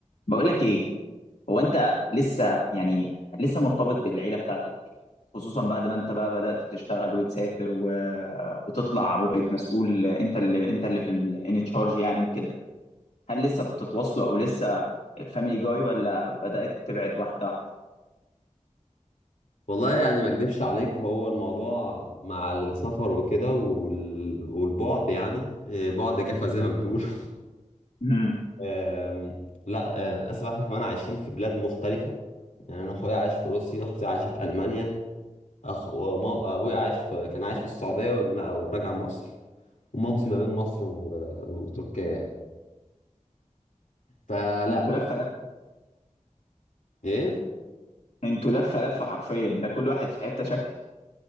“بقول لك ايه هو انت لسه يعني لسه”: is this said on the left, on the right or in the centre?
Left